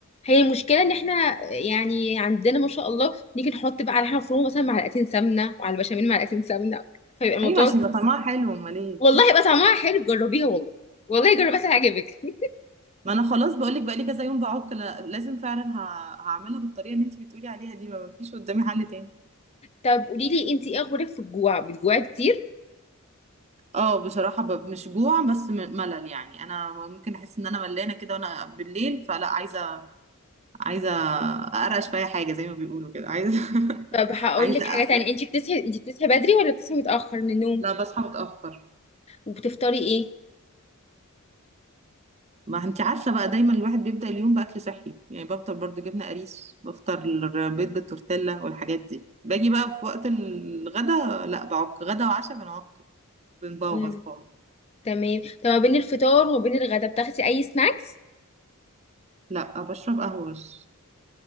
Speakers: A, on the left; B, on the right.
A: هي المشكله ان احنا يعني عندنا ما شاء الله نيجي نحط بقى على حاجه مفرومه مثلا معلقتين سمنه وعلى البشاميل معلقتين سمنه فيبقى الموضوع
B: أيوة عشان يبقى طعمها حلو أمال إيه؟
A: والله يبقى طعمها حلو جربيها والله والله جربيها هتعجبك <laughs>
B: ما أنا خلاص بقولك بقالي كذا يوم بعك لا- لازم فعلا ه- هعملها بالطريقة اللي أنت بتقولي عليها دي ما فيش قدامي حل تاني
A: طب قولي لي انت ايه اخبارك في الجوع بتجوعي كتير
B: اه بصراحة ب- مش جوع بس م- ملل يعني أنا ممكن أحس إن أنا ملانة كده وأنا بالليل فلا عايزة عايزة أقرقش في أي حاجة زي ما بيقولوا كده عايزة <laughs>
A: طب هقول
B: عايزة
A: لك حاجه
B: أ-
A: تانية انت بتصحي انت بتصحي بدري ولا بتصحي متاخر من النوم
B: لا بصحى متأخر
A: وبتفطري ايه
B: ما انت عارفه بقى دايما الواحد بيبدا اليوم باكل صحي يعني بفطر برضو جبنه قريش بفطر بيض بالتورتيلا والحاجات دي باجي بقى في وقت الغدا لا بعك غدا وعشاء بنعك بنبوظ
A: مم.
B: خالص
A: تمام طب ما بين الفطار وما بين الغدا بتاخدي اي سناكس
B: لا بشرب قهوه بس.